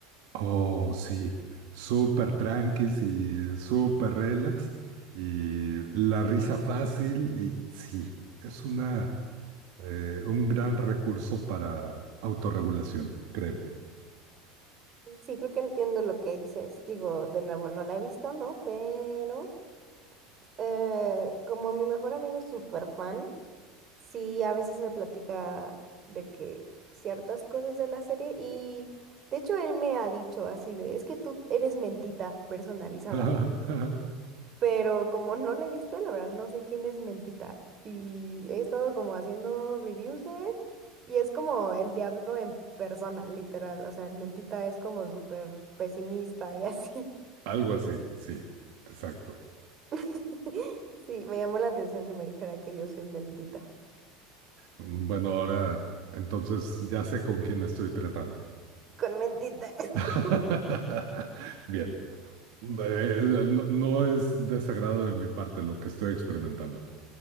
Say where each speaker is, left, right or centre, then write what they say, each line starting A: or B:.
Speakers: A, on the right (about 60°); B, on the right (about 40°).
A: oh, sí, súper tranquis y súper relax y la risa fácil y sí, es una, eh, un gran recurso para autorregulación, creo.
B: Sí, creo que entiendo lo que dices. Digo, de nuevo, no la he visto, ¿no? Pero Eh, como mi mejor amigo es súper fan, sí, a veces me platica de que ciertas cosas de la serie y de hecho él me ha dicho así de, es que tú eres mentita personalizada,
A: <laughs> Ajá, ajá.
B: pero como no la he visto, la verdad no sé quién es mentita y he estado como haciendo reviews de él y es como el diablo en persona, literal, o sea, el mentita es como súper pesimista y así.
A: Algo así, sí, exacto.
B: <laughs> Sí, me llamó la atención que me dijera que yo soy mentita.
A: Mm, Bueno, ahora entonces ya sé con quién estoy tratando.
B: Con mentita. <laughs>
A: <laughs> Bien, Eh, no, no es desagrado de mi parte lo que estoy experimentando.